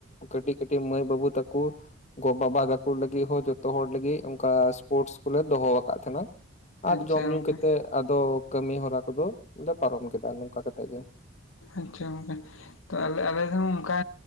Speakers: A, on the left (about 35°); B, on the left (about 75°).
A: ᱠᱟᱹᱴᱤᱡ ᱠᱟᱹᱴᱤᱡ ᱢᱟᱹᱭ ᱵᱟᱹᱵᱩ ᱛᱟᱠᱚ ᱜᱚ ᱵᱟᱵᱟ ᱛᱟᱠᱚ ᱞᱟᱹᱜᱤᱫ ᱦᱚᱸ ᱡᱚᱛᱚ ᱦᱚᱲ ᱞᱟᱹᱜᱤᱫ ᱚᱱᱠᱟ ᱥᱯᱳᱴᱥ ᱠᱚᱞᱮ ᱫᱚᱦᱚᱣᱟ ᱟᱠᱟᱫ ᱛᱟᱦᱮᱸᱱᱟ
B: ᱦᱮᱸ
A: ᱟᱨ
B: ᱟᱪᱪᱷᱟ
A: ᱡᱚᱢ ᱧᱩ
B: ᱜᱚᱝᱠᱮ
A: ᱠᱟᱛᱮᱫ ᱟᱫᱚ ᱠᱟᱹᱢᱤ ᱦᱚᱨᱟ ᱠᱚᱫᱚ ᱞᱮ ᱯᱟᱨᱚᱢ ᱠᱮᱫᱟ ᱱᱚᱝᱠᱟ ᱠᱟᱛᱮᱫ ᱜᱮ
B: ᱟᱪᱪᱷᱟ ᱜᱚᱝᱠᱮ ᱛᱚ ᱟᱞᱮ ᱟᱞᱮᱦᱚᱸ ᱚᱱᱠᱟ